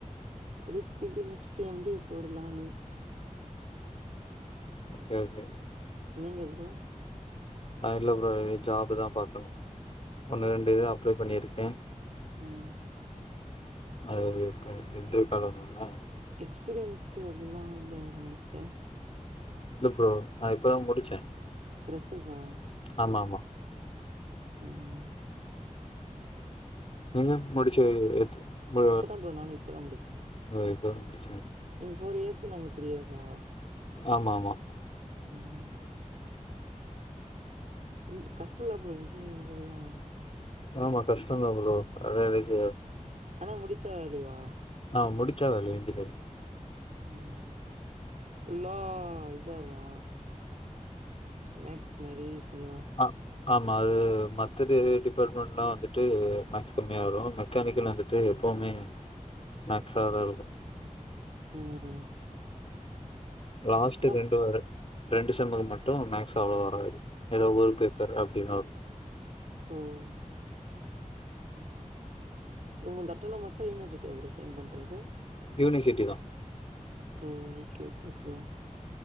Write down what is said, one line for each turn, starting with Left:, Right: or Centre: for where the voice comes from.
Right: அடுத்தது நெக்ஸ்ட்டு எம் பி எ போடலானு
Left: ஓகே ஓகே
Right: நீங்க ப்ரோ
Left: நா இல்ல ப்ரோ இனி ஜாப்புதா பாக்கணு ஒன்னு ரெண்டு இது அப்ளை பண்ணிருக்கே
Right: ம்
Left: அது இப்ப என்ட்ரி பண்ணனுனா
Right: எக்ஸ்பீரியன்ஸ்சு அதுலா இல்லையா ப்ரோ ஒன்ட்ட
Left: இல்ல ப்ரோ நா இப்பதா முடிச்சே
Right: த்ரஸ்சஸ்ஸா
Left: ஆமா ஆமா
Right: ம்
Left: நீயும் முடிச்சு எத்த பா
Right: இப்பதா ப்ரோ நானு இப்பதா முடிச்சே
Left: எப்ப <unintelligible>
Right: நீங்க ஃபோர் இயர்ஸு நாங்க த்ரீ இயர்ஸா
Left: ஆமா ஆமா
Right: ம் இன் கஸ்டொல்ல ப்ரோ இன்ஜினிரிங்துல்லா
Left: ஆமா கஸ்டந்தா ப்ரோ அதெல்லா ஈஸியா
Right: ஆனா முடிச்சா வால்யூவா
Left: அ முடிச்சா வேல்யூ இன்ஜினேரிங்
Right: ம் ஃபுல்லா இதுதா வருமா மேக்ஸ் மாரி கொஞ்சு
Left: ஆ ஆமா அது மற்றது டிபாட்மென்னா வந்துட்டு மேக்ஸ் கம்மியா வரு மெக்கானிக்கல் வந்துட்டு எ ப்போவ்மே மேக்ஸ்சா தா இருக்கு
Right: ம்
Left: லாஸ்டு
Right: ஆனா
Left: ரெண்டு வர ரெண்டு செம்முக்கு மட்டு மேக்ஸ் அவ்ளோவ வராது எதோ ஒரு பேப்பரு அப்டினா வரு
Right: ம் உங்கள்து அட்டனமசா யூனிவசிட்டியா ப்ரோ சைன் பண்றது
Left: யூனிவ்சிட்டி தா
Right: ஓ ஓகே ஓகே ப்ரோ